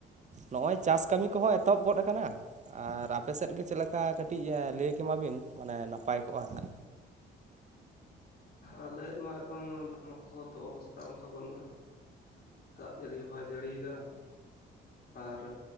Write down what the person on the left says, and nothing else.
ᱟᱞᱮ <unintelligible> ᱠᱚ ᱦᱚᱸ ᱛᱚ ᱚᱵᱚᱥᱛᱷᱟ ᱚᱱᱠᱟ ᱵᱟᱹᱱᱩᱜᱼᱟ ᱫᱟᱜ ᱡᱟᱹᱲᱤ ᱦᱚᱸ ᱵᱟᱭ ᱡᱟᱹᱲᱤᱭᱮᱫᱟ ᱟᱨ